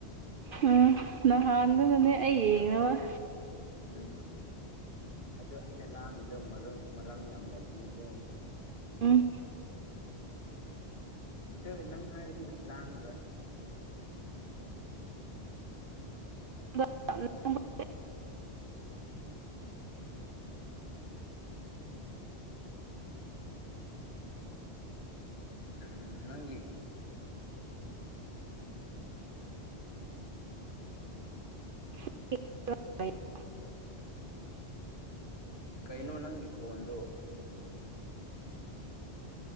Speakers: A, on the right; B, on the left.
A: ꯎꯝ ꯅꯍꯥꯟꯗꯨꯅꯅꯦ ꯑꯩ ꯌꯦꯡꯉꯔꯣꯏ꯫
B: ꯎꯝ ꯎ ꯑꯗꯨ ꯑꯩꯅ ꯂꯥꯡꯉꯤꯗꯣ ꯃꯔꯝ ꯃꯔꯝ ꯌꯥꯝ ꯂꯩꯕꯅꯤꯀꯣ꯫
A: ꯎꯝ
B: ꯑꯗꯨꯏ ꯅꯪ ꯍꯥꯏꯔꯗꯤ ꯂꯥꯡꯉꯔꯣꯏ
A: <unintelligible>
B: ꯎꯝ ꯅꯪꯒꯤ
A: <unintelligible>
B: ꯀꯩꯅꯣ ꯅꯪꯒꯤ ꯈꯣꯟꯗꯣ